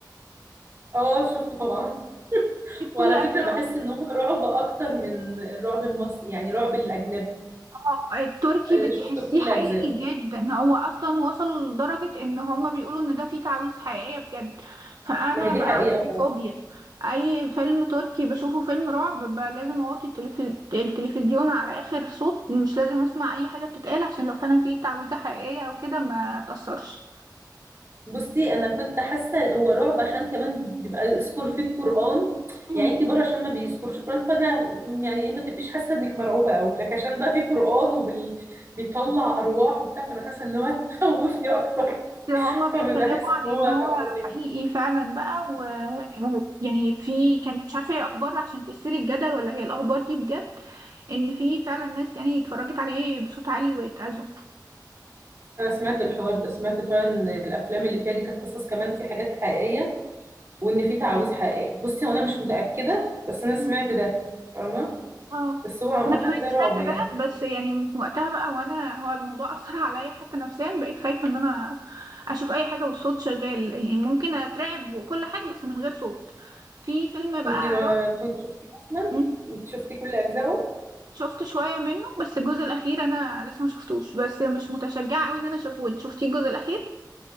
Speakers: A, on the right; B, on the right.
A: اه شفته طبعا
B: دي بكل
A: وعلى
B: أجزاء
A: فكره بحس ان هو رعب اكتر من الرعب المصري يعني رعب الاجنبي
B: اه التركي
A: آه،
B: بتحسيه
A: شفته كل
B: حقيقي
A: اجزائه
B: جدا هو اصلا وصلوا لدرجة ان هما بيقولوا ان ده فيه تعويذ حقيقية بجد فانا
A: ما هي دي
B: بقى
A: حقيقه
B: عندي فوبيا اي فيلم تركي بشوفه فيلم رعب بقى لازم اوطي التلف... التلفزيون على اخر صوت مش لازم اسمع اي حاجة بتتقال عشان لو فعلا فيه تعويذة حقيقية او كده ما تأثرش
A: بصي انا كنت حاسه هو رعب عشان كمان بيبقى يذكر فيه القران
B: مم.
A: يعني انت بره عشان ما بيذكروش القران فانا م- يعني ايه ما تبقيش حاسه انك مرعوبه قوي لك عشان بقى فيه قران وبيطلع ارواح وبتاع فانا حاسه ان هو <laughs> خوفني اكتر
B: بس هما بيتكلموا
A: فبحس
B: عن
A: ان هو
B: ان هو
A: كان فظيع
B: حقيقي فعلا بقى و يعني في كانت مش عارفه هي اخبار عشان تثير الجدل ولا هي الاخبار دي بجد ان في فعلا ناس يعني اتفرجت عليه بصوت عالي واتأذوا
A: انا سمعت الحوار ده سمعت فعلا إن الافلام اللي فيها دي كانت قصص كمان في حاجات حقيقيه وان في تعاويذ حقيقيه بصي وانا مش متاكده بس انا سمعت
B: مم.
A: ده فاهمه
B: اه
A: بس هو عامه
B: انا كمان
A: ده
B: سمعت
A: رعب يعني
B: ده بس يعني من وقتها بقى وانا هو الموضوع <laughs> اثر عليا حتى نفسيا بقيت خايفه ان انا اشوف اي حاجه والصوت شغال يعني ممكن اترعب وكل حاجه بس من غير صوت في فيلم بقى
A: انتي ما كنت شفتيه اصلا
B: رعب
A: انت شفتي كل اجزائه
B: شفت شوية منه بس الجزء الأخير أنا لسه ما شفتوش بس مش متشجعة قوي إن أنا أشوفه أنت شفتيه الجزء الأخير